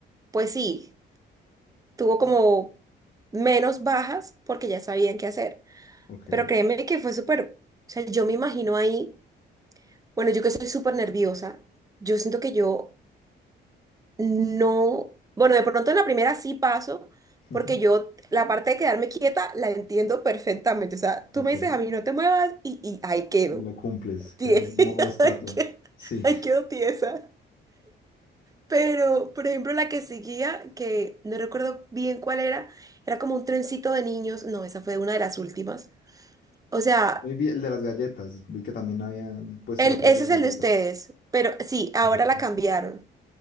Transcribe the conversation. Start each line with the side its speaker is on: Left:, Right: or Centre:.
Right: pues sí, tuvo como
Left: Ah,
Right: menos bajas porque ya sabían qué hacer.
Left: ok.
Right: Pero créeme que fue súper, o sea, yo me imagino ahí. Bueno, yo que soy súper nerviosa, yo siento que yo no, bueno, de pronto en la primera sí paso,
Left: <laughs>
Right: porque yo la parte de quedarme quieta la entiendo perfectamente. O sea,
Left: Ok.
Right: tú me dices a mí no te muevas y, y ahí quedo,
Left: Y lo cumples, quedas
Right: tie-
Left: modo
Right: <laughs>
Left: estatua.
Right: ahí que-
Left: Sí.
Right: ahí quedo tiesa. Pero, por ejemplo, la que seguía, que no recuerdo bien cuál era, era como un trencito de niños. No, esa fue una de las últimas. O sea,
Left: Muy bien, el de las galletas. Vi que también habían puesto
Right: el,
Left: la prueba
Right: ese
Left: de las
Right: es el
Left: galletas.
Right: de ustedes, pero sí, ahora
Left: Ah, ok.
Right: la cambiaron.